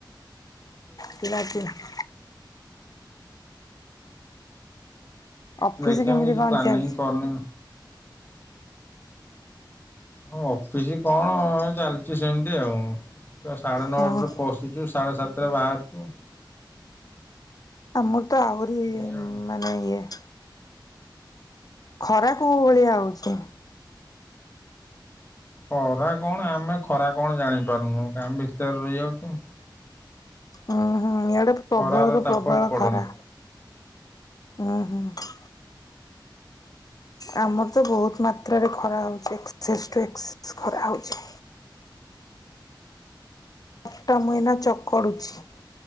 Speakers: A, on the left (about 50°); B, on the left (about 25°).
A: କିନାକ <unintelligible> ଅଫିସ୍
B: ଦେଖିଆ
A: କେମିତି
B: ମୁଁ କିଛି
A: କଣ
B: ପ୍ଲାନିଂ
A: ଚାଲିଛି?
B: କନିଇ। ହ ଅଫିସ କଣ ଚାଲିଛି ସେମିତି ଆଉ। ତ ସାଢ଼େ ନଅଟାରୁ
A: ହୁଁ
B: ପଶୁଚୁ ସାଢ଼େ ସାତଟରେ ବାହାରୁଚୁ।
A: ଆମର ତ ଆହୁରି
B: ଏଇଆ ଆଉ।
A: ମାନେ ଇଏ। ଖରା କୋଉ ଭଳିଆ ହଉଛି?
B: ଖରା କଣ ଆମେ ଖରା କଣ ଜାଣିପାରୁନୁ କାମ ଭିତରେ ରହିଯାଉଛୁ।
A: ହୁଁ ହୁଁ ଇଆଡେ ପ୍ରବଳରୁୁ
B: ଖରାର ତାପ
A: ପ୍ରବଳ
B: ପଡ଼ୁନି।
A: ଖରା। ହୁଁ, ହୁଁ। ଆମର ତ ବହୁତ ମାତ୍ରାରେ ଖରା ହେଉଛି ଏକ୍ସେସ୍ ଟୁ ଏକ୍ସେସ୍ ଖରା ହେଉଛି। ଅଠ ମୁଁ ଏଇନା ଚକଡୁଛି